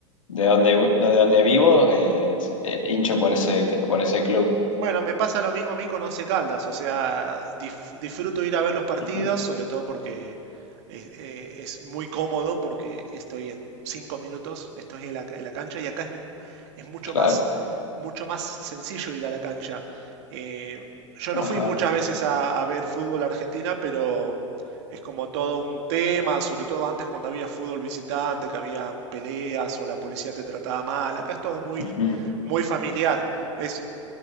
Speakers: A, on the left; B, on the right.
A: de donde, de donde vivo, eh, eh, hincho por ese, por ese club.
B: Bueno, me pasa lo mismo a mí con Once Caldas, o sea, dif- disfruto ir a ver los partidos,
A: Ujú,
B: sobre todo porque es, eh, es muy cómodo, porque estoy en cinco minutos, estoy en la, en la cancha y acá es, mu- es mucho
A: Claro.
B: más, mucho más sencillo ir a la cancha. Eh, yo
A: Ajá.
B: no fui muchas veces a, a ver fútbol a Argentina, pero es como todo un tema, sobre todo antes cuando había fútbol visitante, que había peleas o la policía te trataba mal, acá es todo muy,
A: ujú.
B: muy familiar. Es